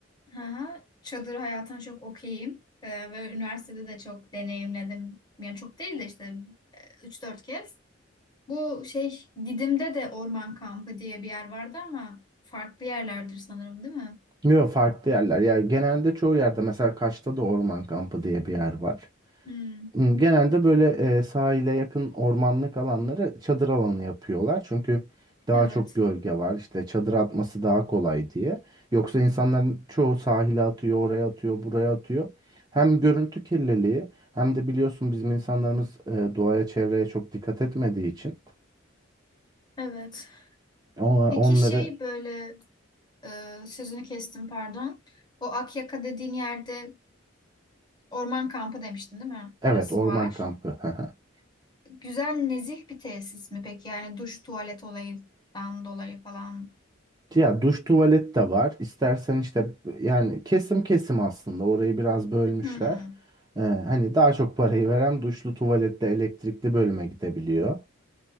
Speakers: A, on the left; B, on the right.
A: hı hı, çadır hayatına çok okeyim Ee, ve üniversitede de çok deneyimledim. Yani çok değil de işte e, üç dört kez. Bu şey Didim'de de orman kampı diye bir yer vardı ama farklı yerlerdir sanırım değil mi?
B: Yok farklı yerler. Ya genelde çoğu yerde mesela Kaş'ta da orman kampı diye bir yer var.
A: Hmm,
B: Hmm, Genelde böyle e, sahile yakın ormanlık alanları çadır alanı yapıyorlar. Çünkü daha
A: evet.
B: çok gölge var. İşte çadır atması daha kolay diye. Yoksa insanların çoğu sahile atıyor, oraya atıyor, buraya atıyor. Hem görüntü kirliliği hem de biliyorsun bizim insanlarımız e, doğaya, çevreye çok dikkat etmediği için
A: Evet.
B: o-
A: Peki
B: onları
A: şey böyle e, sözünü kestim pardon. O Akyaka dediğin yerde orman kampı demiştin değil mi?
B: evet
A: Orası
B: orman
A: var.
B: kampı. <laughs>
A: Güzel nezih bir tesis mi peki? Yani duş tuvalet olayından dolayı falan.
B: Ya duş tuvalet de var. İstersen işte yani kesim kesim aslında orayı biraz bölmüşler.
A: Hmm.
B: Ee, hani daha çok parayı veren duşlu tuvalette elektrikli bölüme gidebiliyor.